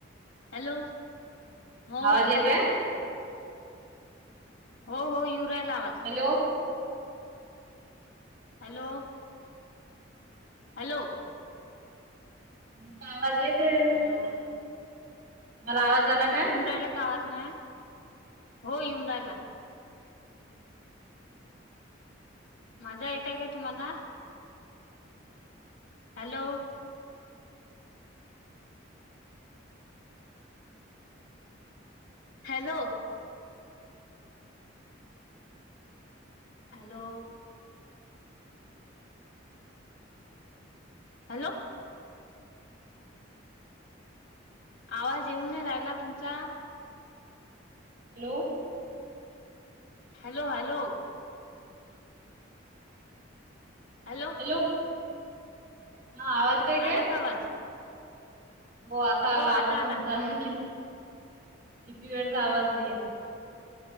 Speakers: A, on the left (about 80°); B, on the right (about 50°).
A: हॅलो, हो
B: आवाज
A: आता
B: येत
A: येवू
B: आहे?
A: राहीला. हो-हो येऊ राहिला आवाज
B: हॅलो
A: हॅलो हॅलो
B: तुमचा आवाज येत आहेत
A: हॅलो
B: मला आवाज आला काय?
A: येऊन राहिला का आवाज माया हो येऊन राहिला माझा येतय का तुम्हाला हॅलो हॅलो हॅलो हॅलो आवाज येऊन नाही राहिला तुमचा
B: hello
A: hello- hello hello
B: hello हा आवाज येतोय काय?
A: आला का आवाज
B: हो आता आला
A: आता
B: आवाज
A: आला
B: तुमचा किती किती वेळचा आवाज नाही येत